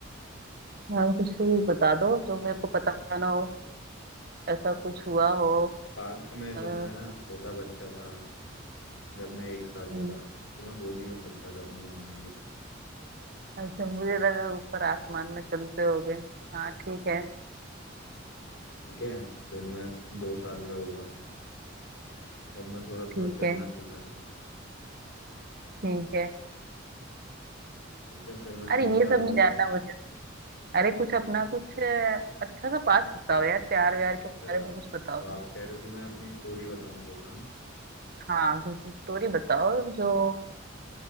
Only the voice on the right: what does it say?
यार कुछ भी बता दो जो मेरे को पता ना हो ऐसा कुछ हुआ हो
अ,
हम्म,
अच्छा मुझे लगा ऊपर आसमान में चलते हो गए हाँ ठीक है
ठीक
है
ठीक है
अरे
ये
सब नहीं
जानना
मुझे अरे कुछ अपना कुछ अ, अच्छा सा पास बताओ यार प्यार व्यार के
बारे में कुछ बताओ
हाँ कुछ स्टोरी बताओ जो